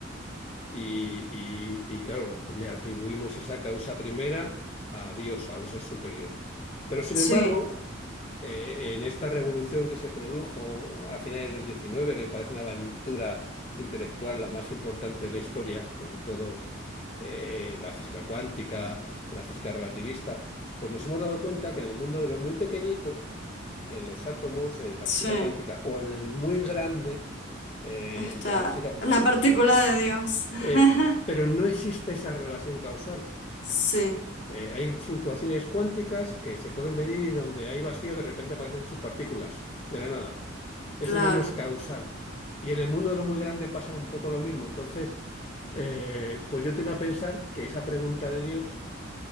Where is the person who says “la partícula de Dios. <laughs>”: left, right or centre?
Left